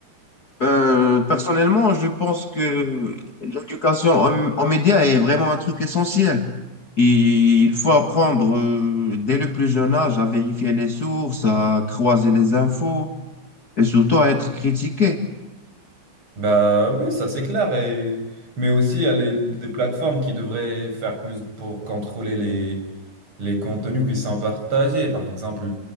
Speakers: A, on the left; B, on the right.
A: Ben, personnellement, je pense que l'éducation en, en médias est vraiment un truc essentiel. Il faut apprendre euh, dès le plus jeune âge à vérifier les sources, à croiser les infos et surtout à être critiqué.
B: Bah oui, ça c'est clair. Et... Mais aussi, il y a les- des plateformes qui devraient faire plus pour contrôler les, les contenus qui sont partagés. Par exemple,